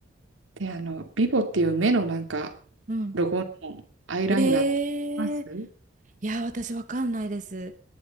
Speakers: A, on the right; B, on the right.
A: で、あの、ビボっていう目のなんか、
B: うん。
A: ロゴのアイライナーってあります
B: ええいや、私わかんないです。